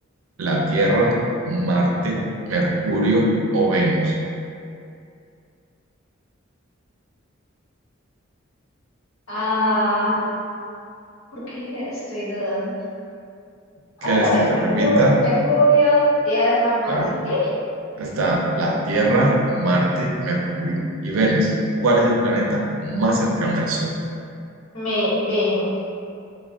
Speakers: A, on the right; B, on the left.
A: ¿La Tierra, Marte, Mercurio o Venus?
B: Ah, ¿por qué estoy dudando?
A: ¿Quieres
B: Otra
A: que
B: vez,
A: te
B: Mercur-
A: repita?
B: Mercurio, Tierra, Marte,
A: La-
B: ¿qué?
A: está la Tierra, Marte, Mercurio y Venus. ¿Cuál es el planeta más cercano al Sol?
B: Me Venus.